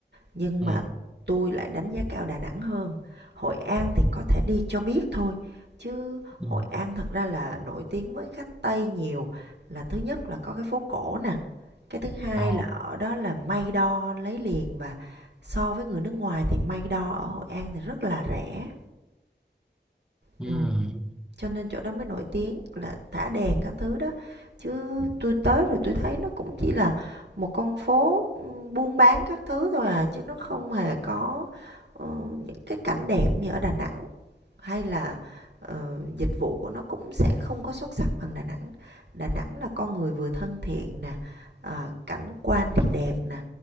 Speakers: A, on the right; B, in the centre.
A: Nhưng
B: ừ
A: mà tôi lại đánh giá cao Đà Nẵng hơn. Hội An thì có thể đi cho biết thôi chứ
B: ừ
A: Hội An thật ra là nổi tiếng với khách Tây nhiều là thứ nhất là có cái phố cổ nè cái thứ hai
B: ồ
A: là ở đó là may đo lấy liền và so với người nước ngoài thì may đo ở Hội An thì rất là rẻ
B: ừ
A: ừ. cho nên chỗ đó mới nổi tiếng là thả đèn các thứ đó chứ tôi tới rồi tôi thấy nó cũng chỉ là một con phố ừ, buôn bán các thứ thôi à chứ nó không hề có ờ, những cái cảnh đẹp như ở Đà Nẵng hay là ờ, dịch vụ của nó cũng sẽ không có xuất sắc bằng Đà Nẵng. Đà Nẵng là con người vừa thân thiện nè, ờ, cảnh quan thì đẹp nè,